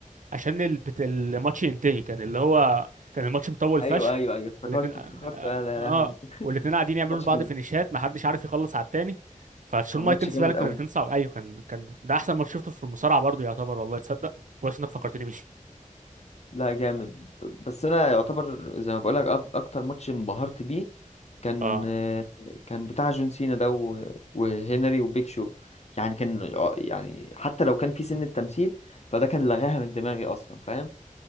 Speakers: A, on the right; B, on the left.
A: عشان ال- بت- الماتش ينتهي كان اللي هو كان الماتش مطول فشخ
B: ايوه ايوه ايوه افتكرته
A: والاتنين اه
B: افتكرته
A: آه،
B: يا لا
A: آه،
B: لهوي <laughs>
A: والاتنين قاعدين يعملوا
B: ماتش
A: لبعض
B: كان
A: فينيشات محدش عارف يخلص على التاني فشون
B: كان
A: مايكلز
B: ماتش جامد
A: فعلا كان
B: قوي
A: الاتنين صعب ايوه كان كان ده احسن ماتش شفته في المصارعه برضه يعتبر والله تصدق كويس انك فكرتني بيه
B: لا جامد ب- بس انا يعتبر زي ما بقولك أف- اكتر ماتش انبهرت بيه كان
A: اه
B: كان بتاع جون سينا ده و- وهنري وبيك شو يعني كان يعني حتى لو كان في سن التمثيل فده كان لغاها من دماغي اصلا فاهم